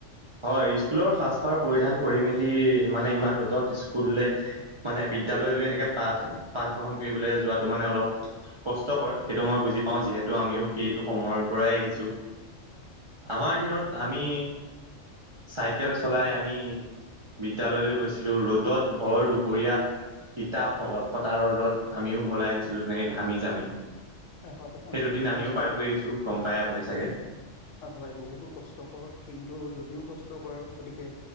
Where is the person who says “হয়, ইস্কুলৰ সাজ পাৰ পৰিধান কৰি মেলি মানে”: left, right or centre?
Right